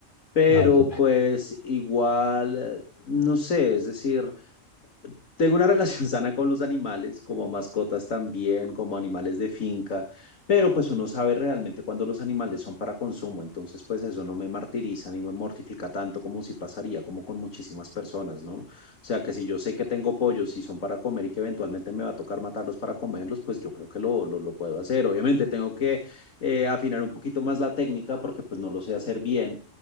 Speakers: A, on the left; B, on the left.
A: pero
B: Ay, qué pena.
A: pues igual, no sé, es decir, tengo una relación <laughs> sana con los animales, como mascotas también, como animales de finca, pero pues uno sabe realmente cuando los animales son para consumo, entonces pues eso no me martiriza ni me mortifica tanto como si pasaría, como con muchísimas personas, ¿no? O sea, que si yo sé que tengo pollos y son para comer y que eventualmente me va a tocar matarlos para comerlos, pues yo creo que lo, lo, lo puedo hacer. Obviamente tengo que eh, afinar un poquito más la técnica porque pues no lo sé hacer bien